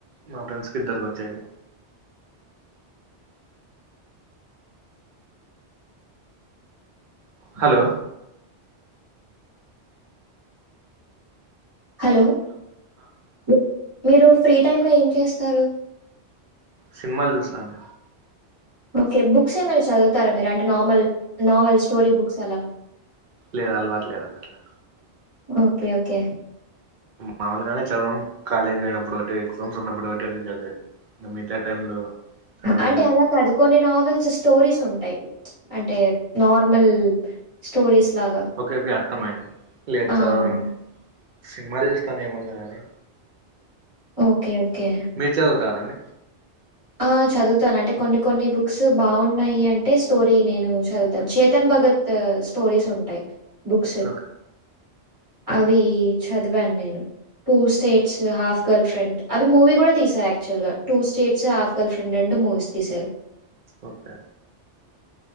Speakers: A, on the right; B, on the right.
A: మా ఫ్రెండ్స్కి ఇద్దరికి వచ్చాయి హలో
B: హలో మ్ మీరు ఫ్రీ టైమ్ంలో ఏం చేస్తారు
A: సిన్మ్మాల్ చూస్తా అం
B: ఓకే బుక్స్ ఏమైనా చదువుతారా మీరు అంటే నార్మల్ నోవెల్ స్టోరి బుక్స్ అలా
A: లేదు అలవాటు లేదండి అట్లా
B: ఓకే ఓకే
A: మామలుగానే చదవం కాలేజ్ పోయినప్పుడు ఒకటి ఎక్జామ్స ఉన్నప్పుడు ఒకటి చదివేది మిగతా టైమ్ లో చదివేదేం
B: అంటే అలా
A: లేదు
B: కాదు కొన్ని నావెల్స్ స్టోరీస్ ఉంటాయి అంటే నార్మల్ స్టోరీస్ లాగా
A: ఓకే ఓకే అర్థ మైంది లేచి
B: ఆ!
A: చదవండి సినిమాలు చూస్తాను ఏమున్నా కానీ
B: ఓకే ఓకే
A: మీరు చదువుతార అండి
B: ఆ చదువుతాను అంటే కొన్ని కొన్ని బుక్స్ బాగున్నాయి అంటే స్టోరీ నేను చదువుతాను చేతన్ భగత్ త్ స్టోరీస్ ఉంటాయి బుక్స్
A: ఓకే
B: అవి చదివాను నేను two states half girlfriend అవి మూవీ కూడా తీసారు యాక్చువల్ గా two states half girlfriend రండ్ మూవీస్ తీసారు
A: ఓకే